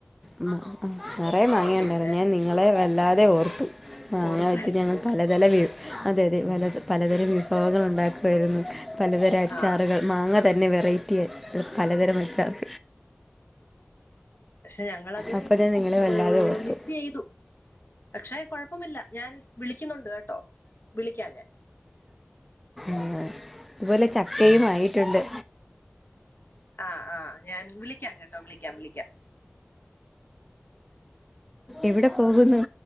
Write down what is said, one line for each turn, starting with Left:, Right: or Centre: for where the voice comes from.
Centre: മ്മ് ആഹ് നെറെ
Left: ആ
Centre: മാങ്ങെണ്ടാരുന്ന്
Left: പിന്നെ
Centre: ഞാൻ നിങ്ങളെ വല്ലാതെ ഓർത്തു മാങ്ങ
Left: ഓർത്തായിരുന്നു
Centre: വെച്ച് ഞങ്ങൾ പലത് - <unintelligible> അതെ അതെ പല പലതരം വിഭവങ്ങൾ ഒണ്ടാക്കുവാരുന്നു പലതരം അച്ചാറുകൾ
Left: ആ
Centre: മാങ്ങ തന്നെ വെറൈറ്റി ആയി പലതരം അച്ചാറ്
Left: ക്ഷെ ഞങ്ങളത്
Centre: അപ്പോൾ ഞാൻ നിങ്ങളെ വല്ലാതെ
Left: ഓ
Centre: ഓർത്തു
Left: മിസ്സ്എയ്തു പക്ഷെ കൊഴപ്പമില്ല ഞാൻ വിളിക്കുന്നൊണ്ട് കേട്ടോ വിളിക്കാ ഞാൻ
Centre: ആഹ് തുപോലെ ചക്കയും
Left: ശരി
Centre: ആയിട്ടൊണ്ട്
Left: ആഹ് ആഹ് ഞാൻ വിളിക്കാം കേട്ടോ വിളിക്കാം വിളിക്കാം
Centre: എവിടെ പോകുന്നു